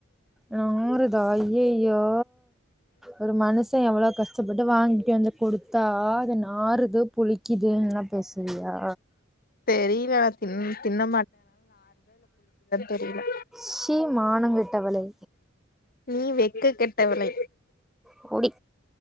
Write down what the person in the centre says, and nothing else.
நாறுதா ஐய்யய்யோ ஒரு மனுசே எவ்ளோ கஷ்டப்பட்டு வாங்கிட்டு வந்து குடுத்தா அது நாறுது புளிக் கிதுன்லா பேசுவியா
சீ மானங்கெட்டவளே
கோடி